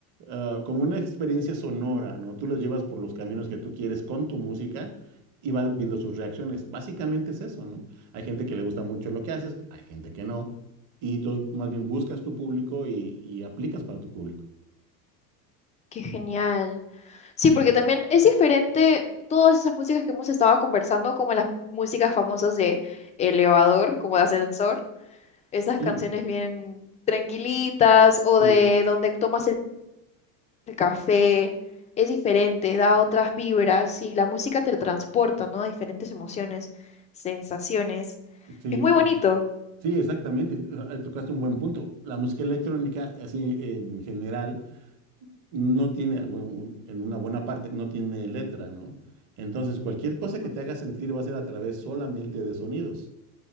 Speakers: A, on the right (about 40°); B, on the left (about 15°).
A: ah, como una experiencia sonora, ¿no? Tú los llevas por los caminos que tú quieres con tu música y vas viendo sus reacciones. Básicamente es eso, ¿no? Hay gente que le gusta mucho lo que haces, hay gente que no. Y entonces más bien buscas tu público y y aplicas para tu público.
B: qué genial. Sí, porque también es diferente todas esas músicas que hemos estado conversando, como las músicas famosas de elevador, como de ascensor, esas
A: Sí,
B: canciones bien tranquilitas o
A: sí,
B: de donde tomas el el café, es diferente, da otras vibras y la música te transporta, ¿no? A diferentes emociones, sensaciones.
A: sí,
B: Es muy
A: com-
B: bonito.
A: sí, exactamente. eh, Tocaste un buen punto. La música electrónica, así en general, no tiene, bueno, un- en una buena parte, no tiene letra, ¿no? Entonces, cualquier cosa
B: Ujú.
A: que te haga sentir va a ser a través solamente de sonidos.